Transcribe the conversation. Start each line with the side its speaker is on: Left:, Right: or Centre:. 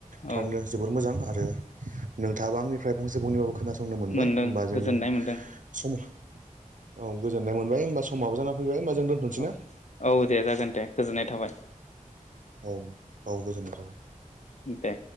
Left: औ
Right: थारैनो जोबोर मोजां आरो नोंथाङाबो आंनिफ्राय फंसे फंनैबाबो खोना। संनोमोनबाय
Left: मोनदों
Right: होमबा
Left: गोजोननाय
Right: जोंङो
Left: मोनदों
Right: सम औ गोजोनाय मोनबाय होमबा स समाबो जाना फैबाय होमबा जों दोनथ'नोसै
Left: औ
Right: ना?
Left: औ दे जागोन दे गोजोननाय थाबाय।
Right: औ। औ गोजोननाय थाबाय
Left: दे।